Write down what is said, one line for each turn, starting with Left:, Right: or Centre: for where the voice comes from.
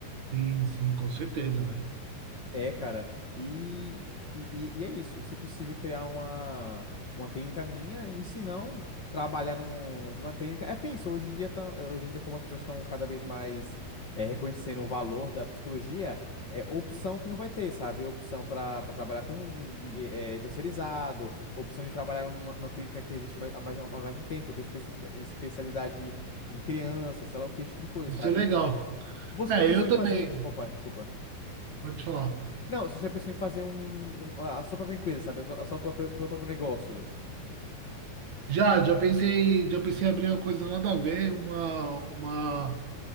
Right: sim, sim, com certeza, velho.
Left: É, cara, e, e, e e é isso. Se possível, criar uma, uma clínica minha, e se não, trabalhar num, numa clínica. É porque é isso, hoje em dia, tão, eh, hoje em dia, como as pessoas estão cada vez mais eh, reconhecendo o valor da psicologia, é opção que não vai ter, sabe? Opção para trabalhar com de, eh, terceirizado, opção de trabalhar numa, numa clínica que existe mais, há mais, há mais um tempo, ter especifica- especialidade em criança, sei lá o que, esse tipo de coisa,
Right: Isso
Left: sabe?
Right: é legal.
Left: Você
Right: É,
Left: já pensou
Right: eu também.
Left: em fazer. Opa, desculpa.
Right: Pode falar.
Left: Não, você já pensou em fazer um, um- a sua própria empresa, sabe? A sua, a sua própria, o seu próprio negócio.
Right: Já, já pensei, já pensei em abrir uma coisa nada a ver, uma, uma,